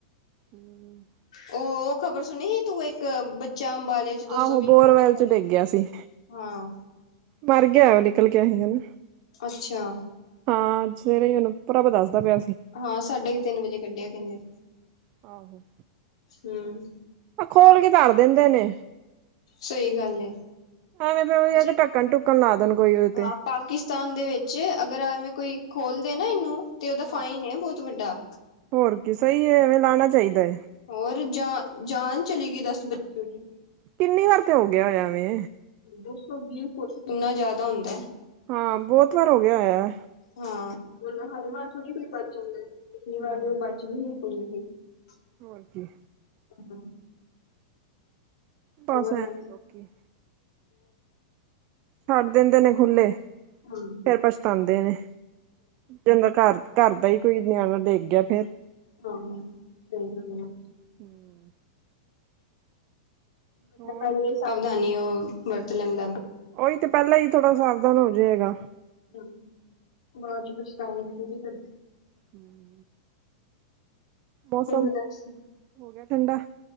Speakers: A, on the right; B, on the left.
A: ਹੰ
B: ਉਹ ਉਹ ਖ਼ਬਰ ਸੁਣੀ ਸੀ ਤੂੰ, ਇੱਕ ਬੱਚਾ ਅੰਬਾਲੇ ਚ ਦੋ
A: ਆਹੋ,
B: ਸੌ ਵੀਹ
A: ਬੋਰਵੈਲ
B: ਫੁੱਟ
A: ਚ
B: ਹਰੇ
A: ਡਿੱਗ ਗਿਆ ਸੀ,
B: ਹਾਂ
A: ਮਰ ਗਿਆ ਉਹ ਨਿਕਲ ਗਿਆ ਹੈਗਾ ਨਾ।
B: ਅੱਛਾ
A: ਹਾਂ ਅੱਜ ਸਵੇਰੇ ਹੀ ਓਹਨੂੰ ਪ੍ਰਭ ਦਸਦਾ ਪਿਆ ਸੀ।
B: ਹਾਂ ਸਾਢੇ ਤਿੰਨ ਵਜੇ ਕੱਢਿਆ ਕਹਿੰਦੇ।
A: ਆੋ
B: ਹਮ
A: ਇਹ ਖੋਲ ਕੇ ਧਰ ਦਿੰਦੇ ਨੇ।
B: ਸਹੀ ਗੱਲ ਏ
A: ਐਵੇਂ ਫ਼ੇਰ ਓਹਿ
B: ਅੱਛਾ
A: ਹੈ ਕ ਢੱਕਣ ਢੁੱਕਣ ਲਾ ਦੇਣ ਕੋਈ ਉਹਦੇ
B: ਹਾਂ
A: ਤੇ।
B: ਪਾਕਿਸਤਾਨ ਦੇ ਵਿੱਚ ਅਗਰ ਐਵੇਂ ਕੋਈ ਖੋਲਦੇ ਨਾ ਇਹਨੂੰ ਤੇ ਉਹਦਾ ਫਾਈਨ
A: ਹਾਂ।
B: ਏ ਬਹੁਤ ਵੱਡਾ।
A: ਹੋਰ ਕੀ ਸਹੀ ਹੈ ਐਵੇਂ ਲਾਣਾ ਚਾਹੀਦਾ ਹੈ
B: ਹੋਰ ਜਾ ਜਾਨ ਚਲੀ ਗਈ ਦਸ ਬੱਚੇ ਦੀ।
A: ਕਿੰਨੀ ਵਾਰ ਤੇ ਹੋ ਗਿਆ ਹੋਇਆ ਵੇ।
B: ਦੋ ਸੌ ਵੀਹ ਫੁੱਟ ਕਿੰਨਾ ਜ਼ਿਆਦਾ ਹੁੰਦਾ?
A: ਹਾਂ ਬਹੁਤ ਵਾਰ ਹੋ ਗਿਆ ਹੋਇਆ
B: ਹਾਂ ਮਤਲਬ ਹਰ ਵਾਰ ਥੋੜੀ ਕੋਈ ਬਚ ਜਾਂਦੈ, ਪਿਛਲੀ
A: ਹੂੰ।
B: ਵਾਰ ਵਿ ਉਹ ਬਚ <unintelligible>
A: ਹੋਰ ਕੀ।
B: ਹੰ ਹੋਰ
A: ਬਸ ਐਵੇਂ
B: ਦੱਸ?
A: ਲੋਕੀ ਛੱਡ ਦਿੰਦੇ ਨੇ ਖੁੱਲ੍ਹੇ।
B: ਹੰ
A: ਫਿਰ ਪਛਤਾਉਂਦੇ ਨੇ ਜਿਨਾ ਘਰ, ਘਰ ਦਾ ਹੀ ਕੋਈ ਨਿਆਣਾ ਡਿੱਗ ਗਿਆ ਫੇਰ।
B: ਹੰ ਸਹੀ ਗੱਲ ਇਹ।
A: ਹੰ
B: ਬੰਦਾ
A: ਹੋਰ
B: ਪਹਿਲੇ ਸਾਵਧਾਨੀ ਉਹ ਵਰਤ ਲੈਂਦਾ ਬ
A: ਉਹੀ ਤੇ ਪਹਿਲਾਂ ਹੀ ਥੋੜਾ ਸਾਵਧਾਨ ਹੋ ਜਾਏ ਹੈਗਾ
B: ਹੂ ਬਾਅਦ ਚ ਪਛਤਾਵਾ ਵੀ ਕਰਦੇ
A: ਹੂ ਮੌਸਮ
B: ਹੋਰ ਦੱਸ।
A: ਹੋ ਗਿਆ ਠੰਡਾ